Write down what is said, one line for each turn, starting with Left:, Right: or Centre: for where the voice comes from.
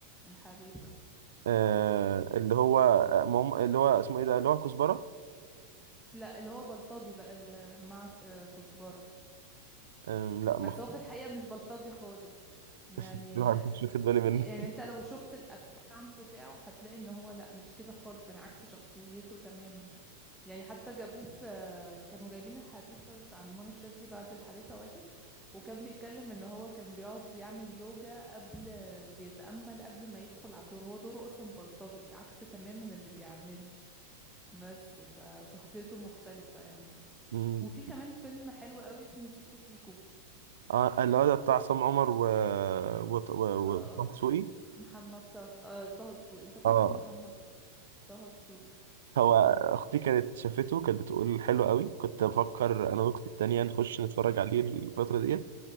Centre: الحريفة
Right: آه اللي هو آه، مم... اللي هو اسمه ايه ده اللي هو كزبره
Centre: لا اللي هو بلطجي بقى اللي مع آه، كزبرة
Right: آه لا ما
Centre: بس هو في الحقيقة مش بلطجي خالص يعني
Right: <laughs> ما
Centre: آه،
Right: كنتش واخد بالي منه
Centre: يعني انت لو شفت الاكونت بتاعه هتلاقي ان هو لا مش كده خالص يعني عكس شخصيته تماما يعني حتى جابوه في كانوا جايبين الحريفة في- عند منى الشاذلي بعد الحريفة واحد وكان بيتكلم ان هو كان بيقعد يعمل يوجا قبل وبيتأمل قبل ما يدخل على الدور هو دوره اصلا بلطجي عكس تماما اللي بيعمله بس فشخصيته مختلفة يعني
Right: <laughs>
Centre: وفي كمان فيلم حلو قوي اسمه سيكو سيكو
Right: اه اللي هو ده بتاع عصام عمر و و و-
Centre: آه
Right: وطه دسوقي
Centre: محمد طه آه طه دسوقي مش عارفة
Right: اه
Centre: ليه بقول محمد طه طه دسوقي
Right: هو اختي كانت شافته كانت بتقول حلو قوي كنت بفكر انا واختي التانية نخش نتفرج عليه الفترة ديت